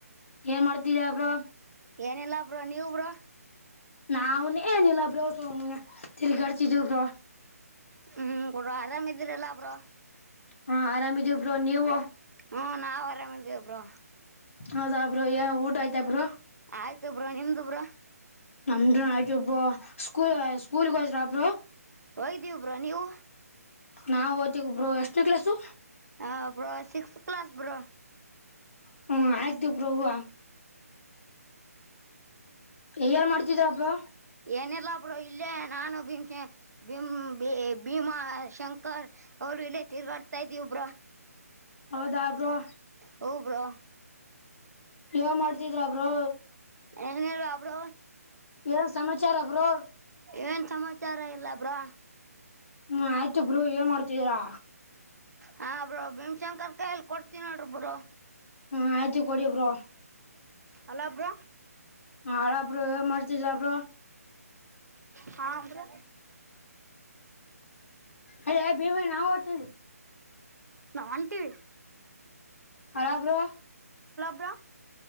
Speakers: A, on the left; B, on the right.
A: ಏನ್ ಮಾಡ್ತಿದ ಅವ್ರ
B: ಏನಲ್ಲಾ ಬ್ರ ನೀವ ಬ್ರ
A: ನಾ್ನ್ ಏನಿಲ್ಲ ಬೋ ತಿರ್ಗ್ಗಾಡ್ತಿದಬ್್ರ
B: ಹ್ಮ್ ಕೊಡ ಆರಾಮ್ ಇದ್ದೀರಲ್ಲ ಒಬ್ರು
A: ಹಾ ಆರಾಮಿದಿಬ್ರು ನೀವು
B: ಹ್ಮ ನಾ ವರ್ದ ಅಪರೋ
A: ಹೌದಬ್್ರ ಊಟ ಆಯ್ತಬ್ರು
B: ಆಯ್ತು ಬ್ರ ನಿಮ್ದು ಬ್ರ
A: ನಮಡ ಆಯತು ಅ ಸ್ಕೂಲ್ ಸ್ಕೂಲ್ರ ಅಪ
B: ಹೋಗಿದ್ದೀವಿ ಬ್ರೋ ನೀವು
A: ನಾವವು ಓತಗೊಬರು ಎಷ್ಟು ಕೆ್ಲಸು
B: ಹ ಬ್ರೋ ಸಿಕ್ಸ್ತ್ ಕ್ಲಾಸ್ ಬರೋ
A: ಹ್ಮ ಆಯ್ತು ಪ್ರಭು ಯಾರ್ ಮಾಡ್ತಿದಬ್ರ
B: ಏನಿಲ್ಲಬ್್ರ ಇಲ್ಲೇ ನಾನು ಭೀಮ ಭೀಮ ಭೀಮಾ ಶಂಕರ್ ಅವರು ಇಲ್ಲ ತಿರುಗಾಡ್ತಾ ಇದ್ದಿವ ಒಬ್್ರ
A: ಹೌದಾ ಬರುೋ
B: ಹ ಬ್ರೋ
A: ಯವ ಮಾಡ್ತಿದ್ರ ಬ್ರೋ
B: ಎಏ ಬಬರ
A: ಏನ್ ಸಮಾಚಾರ ಬೋ
B: ಏನ್ ಸಮಾಚಾರ ಇಲ್ಲ ಬ್ರಾ
A: ಹ್ಮ್ ಆಯ್ತುಬ್್ರರು ಏನ್ ಮಾಡ್ತಿದೀರಾ
B: ಹಾ ಬ್ರೋ ಭೀಮಶಂಕರ್ ಕಾಯಲ್ಲಿ ಕೊಡ್ತೀನ ನೋಡ್ರಿ ಬ್ರೋ
A: ಹಾ ಆಯ್ಜು ಕೊಡಿಬ್ರೋ
B: ಅಲ್ಲ ಬ್ರ
A: ಹಾ ಅಪರ ಮರಿಚಿದ ಅರ
B: ಹಾ ಅಂದ್ರೆ
A: ಅ ಯ ಭೀವ ನಾವು ್ತ
B: ನನ್ ಹಟ್ಟವಿ
A: ಹರಬ್ರ
B: ಬ್ರೋ